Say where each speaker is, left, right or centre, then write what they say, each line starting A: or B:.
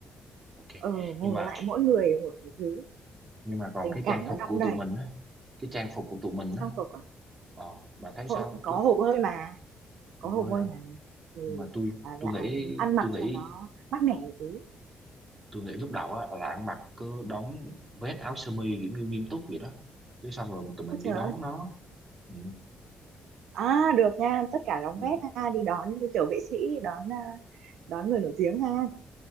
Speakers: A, on the right; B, on the right.
A: ok
B: ừ hùn
A: nhưng mà
B: lại mỗi người một cái thứ
A: nhưng mà còn
B: tình
A: cái
B: cảm
A: trang
B: nó
A: phục
B: đong
A: của
B: đầy
A: tụi mình á cái trang phục của tụi mình á
B: trang phục à?
A: Ờ, bà thấy sao?
B: Hô- có
A: Tôi
B: hồ bơi mà có
A: tôi
B: hồ
A: vơi
B: bơi
A: hả?
B: mà thì
A: Nhưng mà tôi
B: à,
A: tôi
B: là
A: nghĩ
B: ăn mặc
A: tôi nghĩ
B: cho nó mát mẻ một tí
A: tôi nghĩ lúc đầu á là ăn mặc cứ đóng vest áo sơ mi kiểu như nghiêm túc vậy đó. Chứ xong rồi mình tụi mình
B: ôi
A: đi
B: trời
A: đón
B: ơi
A: nó. Ừ,
B: à được nha tất cả đóng
A: được.
B: vét ha đi đón như kiểu vệ sĩ đón à, đón người nổi tiếng ha